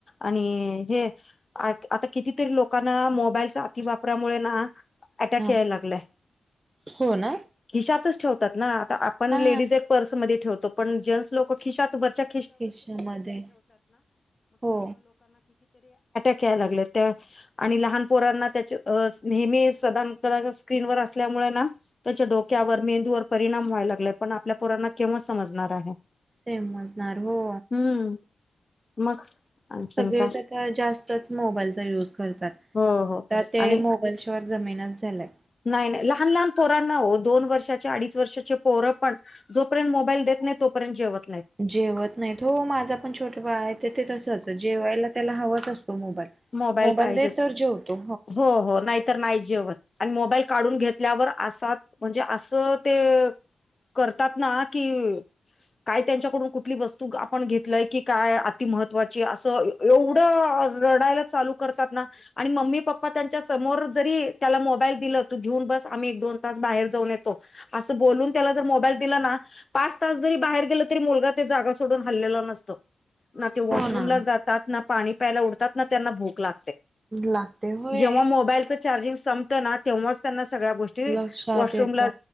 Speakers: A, on the left; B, on the right.
A: आणि हे. आ आता कितीतरी लोकांना मोबाईलचा अति वापरामुळे ना. अटॅक
B: हा
A: यायला लागलाय
B: हो ना
A: हिशातच ठेवतात ना आता पण
B: हा
A: लेडीज एक पर्स मध्ये ठेवतो पण जें्स लोक खिशात वरच्या
B: खिशामध्ये हो
A: <unintelligible> ्याय लागलं त्या आणि लहान पोरांना त्याचे नेहमी सदा कदा स्क्रीनवरर असल्यामुळे ना. त्याच्या डोक्यावर मेंदूवर परिणाम व्हायला लागले, पण आपल्या पोरांना केव्हा समजणार आहे.
B: सेमम जणार हो.
A: हम्म. मग आणखीन
B: सगळेच
A: काय
B: आता जास्तच मोबाईलचा युज. करतात.
A: हो हो
B: आता ते
A: आणि
B: मोगल शवर जमीनच झालंय.
A: नाही नाही लहान लहान पोरांना हो दोन वर्षाचे अडीच वर्षाचे पोरं पण, जो पर्यंत मोबाईल देत नाही तोपर्यंत जेवत नाहीत.
B: जेवत नाहीत हो. माझा पण छोटा बाळ आहे, ते तसंच जेवायला त्याला हवाच असतो मोबाईल.
A: मोबाईल पाहिजेच,
B: दे तर जेवतो
A: हो, हो, नाही तर नाही जेवत. आणि मोबाईल काढून घेत. ल्यावर असात म्हणजे असं ते करतात ना कि काय त्यांच्याकडून कुठली वस्तू आपण घेतलंय की, काय अति महत्त्वाची असं एवढं. रडायला चालू कर. पातना. आणि मम्मी पप्पा त्यांच्या समोर जरी त्याला मोबाईल दिला त घेऊन बस आम्ही एक दोन तास बाहेर जाऊन येतो. असं बोलून त्याला जर मोबाईल दिला ना पाच तास जरी बाहेर गेल तरी मुलगा ते जागा सोडून हल्लेला नसतो ना ते वॉशरूमला
B: हो ना
A: जातात ना पाणी प्यायला उडतात भ
B: लागते होय
A: जे मोबाईलच चार्जिंग संपत ना तेव्हाच त्यां सगळ्या गोष्टी
B: लक्षात
A: वॉशरूमला
B: येत